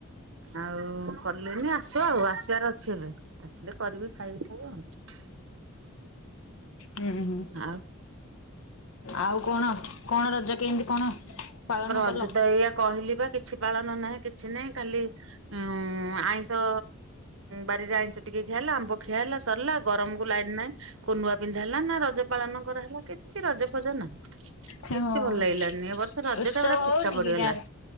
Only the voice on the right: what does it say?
ଆଉ କଲେନି ଆସିବ ଆଉ ଆସିବାର ଅଛି ଏବେ, ଆସିଲେ କରିବି ଖାଇବ ସବୁ ଆଉ।
ଆଉ?
ରଜତ
ଏଇଆ କହିଲି ବା କିଛି ପାଳନ ନାହିଁ କିଛି ନାହିଁ କାଲି ଉଁ ଆଇଁଷ ବାରିରେ ଆଇଁଷ ଟିକେ ଖିଆ ହେଲା ଆମ୍ବ ଖିଆ ହେଲା। ସରିଲା ଗରମ କୁ ଲାଇନ ନାଇଁ କୋଉ ନୁଆ ପିନ୍ଧା ହେଲା ନା ରଜ ପାଳନ କରାହେଲାକି କିଛି ରଜ ଫଜ ନାହିଁ କିଛି
ଭଲ ଲାଗିଲାନି ଏ ବର୍ଷ ରଜ
ଟା ପୁରା
ଫିକା ପଡିଗଲା।